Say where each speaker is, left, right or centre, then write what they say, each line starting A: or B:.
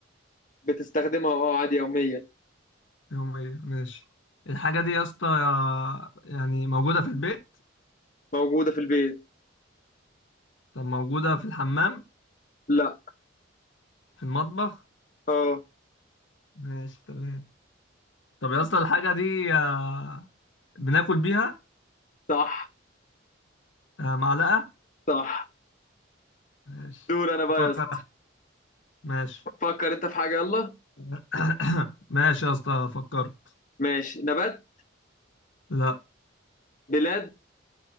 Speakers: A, on the left; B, on the left.
A: بتستخدمها اه عادي يوميا
B: يوميا ماشي الحاجة دي يا اسطى آه، يعني موجودة في البيت
A: موجوده في البيت
B: طب موجودة في الحمام
A: لا
B: في المطبخ
A: اه
B: ماشي تمام طب يا اسطى الحاجة دي آه، بناكل بيها
A: صح
B: آه، معلقة
A: صح
B: ماشي
A: دور انا بقى
B: أفكر
A: يا اسطى
B: ماشي
A: فكر انت في حاجه يلا
B: <coughs> ماشي يا اسطى فكرت
A: ماشي نبات
B: لا
A: بلاد